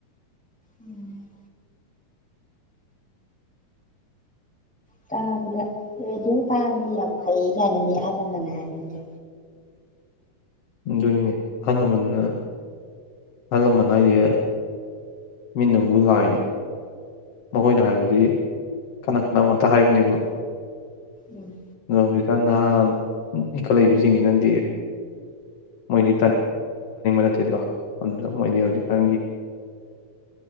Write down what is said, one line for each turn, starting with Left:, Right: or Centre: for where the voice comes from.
Centre: ꯎꯝ ꯎ ꯇꯥꯕꯗ ꯔꯗꯤ ꯇꯥꯕꯗꯤ ꯌꯥꯝ ꯐꯩ ꯀꯥꯏꯅꯗꯤ ꯑꯍꯜ ꯂꯃꯟꯅ ꯍꯥꯏꯔꯅꯤꯗ
Left: ꯑꯗꯨꯅꯤꯅꯦ ꯑꯍꯜ ꯂꯃꯟꯅ ꯑꯍꯜ ꯂꯃꯟ ꯍꯥꯏꯁꯦ ꯃꯤꯅꯕꯨ ꯂꯥꯛꯏꯅꯦ ꯃꯈꯣꯏꯅ ꯍꯥꯏꯕꯁꯤ ꯀꯅ ꯀꯅꯕ ꯉꯥꯛꯇ ꯍꯥꯏꯕꯅꯦꯕ
Centre: ꯎꯝ
Left: ꯑꯗꯣ ꯍꯧꯖꯤꯛꯀꯥꯟ ꯅꯍꯥ ꯏꯟꯈꯠꯂꯛꯏꯕꯁꯤꯡꯒꯤꯅꯣꯏ ꯇꯥꯕꯠꯇꯦꯗꯣ ꯑꯗꯨꯗ ꯃꯣꯏꯗꯤ ꯍꯧꯖꯤꯛ ꯀ